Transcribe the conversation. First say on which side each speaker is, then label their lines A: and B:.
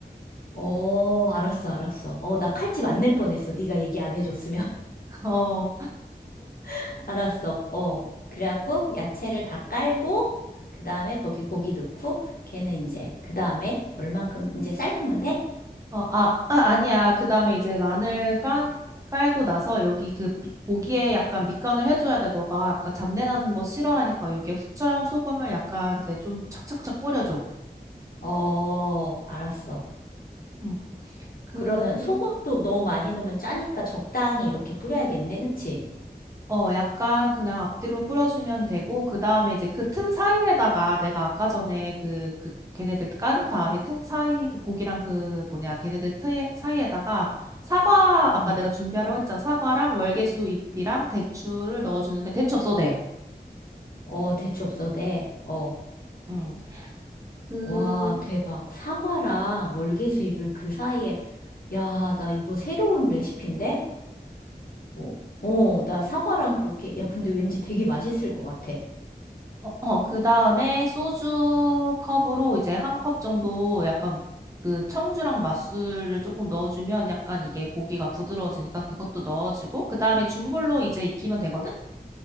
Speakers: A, on the left; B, on the right.
A: 어, 알았어, 알았어. 어, 나 칼집 안 낼 뻔했어. 네가 얘기 안 해줬으면.
B: <laughs> 어,
A: <laughs> 알았어. 어, 그래갖고, 야채를 다 깔고, 그 다음에 거기 고기 넣고, 걔는 이제, 그 다음에, 얼만큼 이제 삶으면 돼?
B: 어, 아, 아 아니야. 그 다음에 이제 마늘 깐 깔고 나서 여기 그 미- 고기에 약간 밑간을 해줘야 돼. 너가 약간 잡내 나는 거 싫어하니까 여기에 후추랑 소금을 약간 이제 좀 착착착 뿌려줘.
A: 어, 알았어.
B: 음. 그
A: 그러면 소금도 너무 많이 넣으면 짜니까 적당히 이렇게 뿌려야겠네. 그치?
B: 어, 약간 그냥 앞뒤로 뿌려주면 되고, 그 다음에 이제 그 틈 사이에다가 내가 아까 전에 그, 그, 걔네들 깔은 다음에 틈 사이, 그 고기랑 그 뭐냐, 걔네들 트에, 사이에다가 사과, 아까
A: 음.
B: 내가 준비하라고 했잖아. 사과랑 월계수 잎이랑 대추를 넣어주는데, 대추 없어도 돼.
A: 어, 대추 없어도 돼. 어.
B: 음. 그,
A: 와, 대박. 사과랑 월계수잎을 그 사이에, 야, 나 이거 새로운 레시피인데? 어, 어, 나 사과랑 그렇게, 야, 근데 왠지 되게 맛있을 것 같아.
B: 어, 어, 그 다음에 소주 컵으로 이제 한 컵 정도 약간 그 청주랑 맛술을 조금 넣어주면 약간 이게 고기가 부드러워지니까 그것도 넣어주고, 그 다음에 중불로 이제 익히면 되거든?